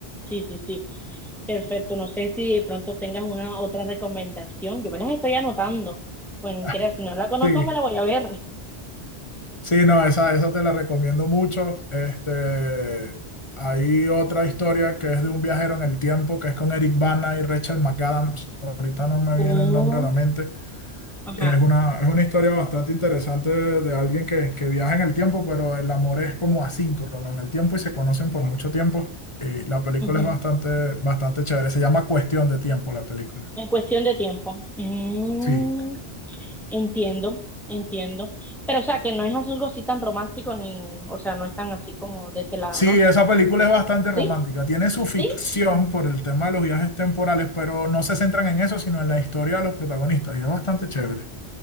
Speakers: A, in the centre; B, on the left.
A: sí, sí, sí, perfecto, no sé si de pronto tengas una otra recomendación, yo me las estoy anotando, pues
B: <laughs>
A: creas si no la conozco
B: Sí.
A: me la voy a ver.
B: Sí, no, esa, esa te la recomiendo mucho. Este, hay otra historia que es de un viajero en el tiempo, que es con Eric Bana y Rachel McAdams. Ahorita no me
A: Oh,
B: viene el nombre a la mente.
A: ajá.
B: Es una, es una historia bastante interesante de, de alguien que, que viaja en el tiempo, pero el amor es como asíncrono ¿no? en el tiempo y se conocen por mucho tiempo. Y la película
A: ujú.
B: es bastante, bastante chévere. Se llama Cuestión de Tiempo, la película.
A: En cuestión de tiempo. Mm,
B: Sí.
A: entiendo, entiendo. Pero, o sea, que no es algo así tan romántico ni, o sea, no es tan así como de ese lado,
B: Sí,
A: ¿no?
B: esa película es bastante
A: Sí,
B: romántica. Tiene su ficción
A: sí.
B: por el tema de los viajes temporales, pero no se centran en eso, sino en la historia de los protagonistas. Y es bastante chévere.